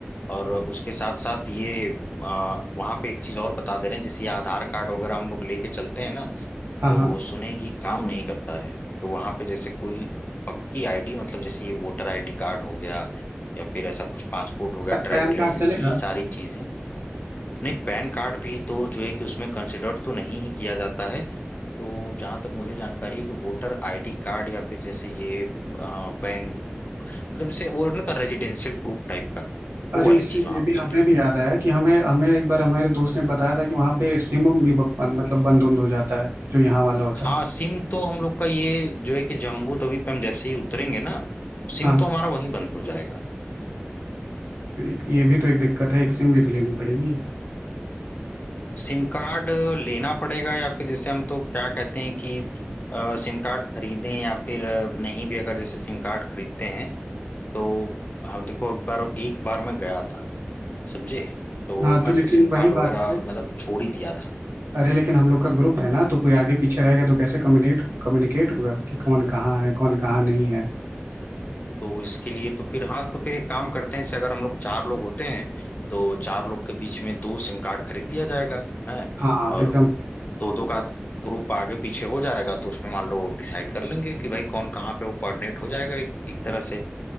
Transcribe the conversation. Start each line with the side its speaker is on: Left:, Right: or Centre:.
Left: और उसके साथ साथ ये आ, वहाँ पे एक चीज और बता दे रहे हैं जैसे ये आधार कार्ड वगैरह हम लोग लेके चलते हैं ना
Right: हाँ
Left: तो
Right: हाँ
Left: सुने कि हाँ काम हाँ नहीं करता है तो वहाँ पे जैसे कोई पक्की आईडी मतलब जैसे ये वोटर आईडी कार्ड हो गया या फिर ऐसा कुछ पासपोर्ट हो गया
Right: पै-
Left: ड्राइविंग
Right: पैन
Left: लाइसेंस
Right: कार्ड चलेगा
Left: ये सारी चीजें नहीं पैन कार्ड भी तो जो है कि उसमें कंसिडर तो नहीं ही किया जाता है तो जहां तक मुझे जानकारी है कि वोटर आईडी कार्ड या फिर जैसे ये अ, बैंक मतलब जैसे वो ना था रेजिडेंशियल प्रूफ टाइप का वो
Right: अरे
Left: वाली
Right: इससे
Left: चीज वहां
Right: ये भी
Left: पे चलेगी
Right: हमें भी याद आया कि हमें हमें एक बार हमारे दोस्त ने बताया था कि वहाँ पे सिम उम भी ब- बंद मतलब बंद उंद हो जाता है जो यहाँ वाला होता
Left: हाँ
Right: है
Left: सिम तो हम लोग का ये जो है कि जम्बू तवी पे हम जैसे ही उतरेंगे ना सिम
Right: हाँ
Left: तो हमारा वहीं बंद हो जाएगा
Right: तो एक ये भी तो एक दिक्कत है एक सिम भी तो लेनी पड़ेगी
Left: सिम कार्ड लेना पड़ेगा या फिर जैसे हम तो क्या कहते हैं कि अ, सिम कार्ड खरीदें या फिर अ, नहीं भी अगर जैसे सिम कार्ड खरीदते हैं तो हाँ देखो एक बार एक बार मैं गया था समझे तो
Right: हाँ
Left: मैं
Right: तो लेकिन
Left: तो सिम कार्ड
Right: वही
Left: वगैरह
Right: बात है ना
Left: मतलब छोड़ ही दिया था
Right: अरे लेकिन हम लोग का ग्रुप है ना तो कोई आगे पीछे रहेगा तो कैसे कम्युनिकेट कम्युनिकेट होगा कि कौन कहाँ है कौन कहाँ नहीं है
Left: तो इसके लिए तो फिर हाँ तो फिर एक काम करते हैं जैसे अगर हम लोग चार लोग होते हैं तो चार लोग के बीच में दो सिम कार्ड खरीद लिया जाएगा है
Right: हाँ
Left: और
Right: एकदम से
Left: दो दो का ग्रुप आगे पीछे हो जाएगा तो उसमें मान लो डिसाइड कर लेंगे कि भाई कौन कहाँ पे वो कोऑर्डिनेट हो जाएगा एक, एक तरह से